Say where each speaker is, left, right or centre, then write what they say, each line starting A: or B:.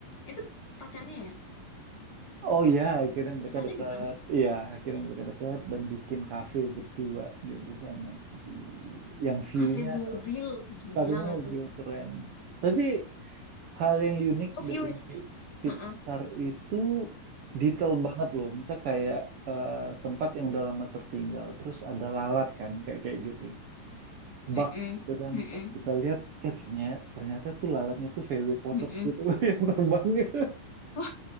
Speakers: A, on the left; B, on the right.
A: Itu pacarnya ya?
B: Oh ya, akhirnya mereka
A: Pacarnya
B: dekat.
A: bukan.
B: Iya, akhirnya mereka dekat dan bikin kafe berdua dia di sana di yang view-nya
A: Kafe mobil. Gila
B: kafe
A: nggak
B: mobil
A: tuh?
B: keren. Tapi Hal yang unik
A: Oh, view.
B: dari Pixar
A: Heeh.
B: itu detail banget loh. Misal kayak eh, tempat yang udah lama tertinggal, terus ada lalat kan, kayak kayak gitu.
A: Heeh.
B: Bak gitu kan,
A: Heeh.
B: pas kita lihat, eh ternyata ternyata tuh lalatnya tuh VW kodok
A: Heeh.
B: gitu <laughs> yang terbang gitu
A: Wah,